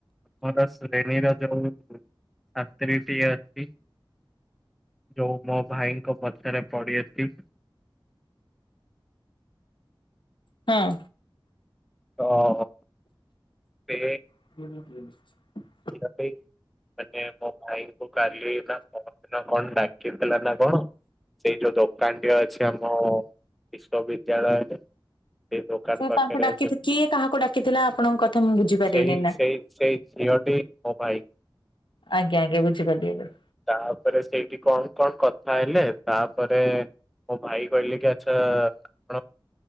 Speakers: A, in the centre; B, on the left.
A: ମୋର ଶ୍ରେଣୀର ଯୋଉ ଛାତ୍ରୀଟି ଅଛି। ଯୋଉ ମୋ ଭାଇଙ୍କ ପଛରେ ପଡିଅଛି।
B: ହଁ।
A: ଅ-ଅ-ଅ ସେ
B: <inaudible>
A: ଯିବା ପାଇଁ ମାନେ ମୋ ଭାଇଙ୍କୁ କାଲି ନା ପହରଦିନ କଣ ଡାକିଥିଲା ନା କଣ। ସେଇ ଯୋଉ ଦୋକାନଟି ଅଛି ଆମ ବିଶ୍ଵବିଦ୍ୟାଳୟରେ। ସେ ଦୋକାନ
B: ସେ
A: ପାଖେରେ
B: ତାଙ୍କୁ ଡାକି
A: ସେ,
B: କିଏ କାହାକୁ ଡାକିଥିଲା ଆପଣଙ୍କ କଥା ମୁଁ ବୁଝିପାରିଲିନି
A: ସେଇ-ସେଇ-ସେଇ
B: ନା।
A: ସିଓଟି ଓ ଭାଇ।
B: ଆଜ୍ଞା-ଆଜ୍ଞା ବୁଝିପାରିଲି ଏଵେ।
A: ତାପରେ ସେଇଠି କଣ-କଣ କଥା ହେଲେ ତାପରେ ମୋ ଭାଇ କହିଲେ କି ଆଚ୍ଛା-ଆ-ଆ ଆପଣ